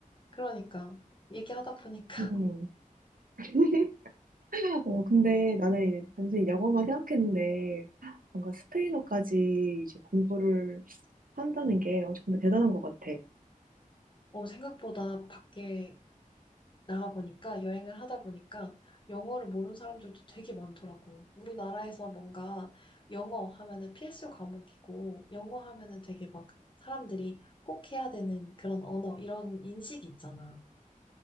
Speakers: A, on the left; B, on the right.
A: 그러니까, 얘기하다 보니까,
B: 음. <laughs> 어, 근데 나는 단순히 영어만 생각했는데 뭔가 스페인어까지 이제 공부를 한다는 게 어, 정말 대단한 것 같아.
A: <laughs> 어, 생각보다 밖에 나가 보니까 여행을 하다 보니까 영어를 모르는 사람들도 되게 많더라고. 우리나라에서 뭔가 영어 하면은 필수 과목이고 영어 하면은 되게 막 사람들이 꼭 해야 되는 그런 언어 이런 인식이 있잖아.